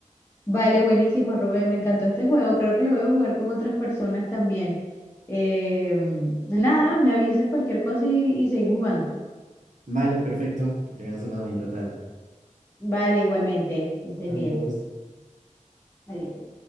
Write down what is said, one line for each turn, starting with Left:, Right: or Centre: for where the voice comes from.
Left: Vale, buenísimo, Rubén. Me encantó este juego. Creo que lo voy a jugar con otras personas también. Eh, nada, me avisas cualquier cosa y, y seguimos jugando.
Right: Vale, perfecto. Que tengas una bonita tarde.
Left: Vale, igualmente. Que estés
Right: Adiós.
Left: bien. Adiós.